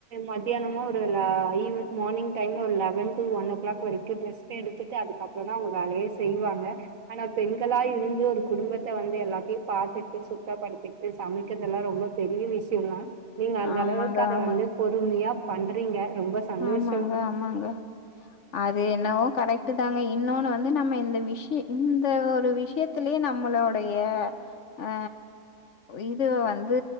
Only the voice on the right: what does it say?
மத்தியானமா ஒரு லா மார்னிங் டைம் ஒரு லெவன் டு ஒன்ஓ க்ளாக் வரைக்கு ரெஸ்டு எடுத்துட்டு அதுக்கப்புறோ தா அவங்க வேலையே செய்வாங்க ஆனா பெண்களா இருந்து ஒரு குடும்பத்த வந்து எல்லாத்தையு பாத்துட்டு சுத்தப்படுத்திட் சமைக்கிறதெல்லா ரொம்ப பெரிய விஷ்யோங்க நீங்க அந்த
அளவுக்கு அத
வந்து பொறுமையா பண்றீங்க ரொம்ப சந்தோஷோ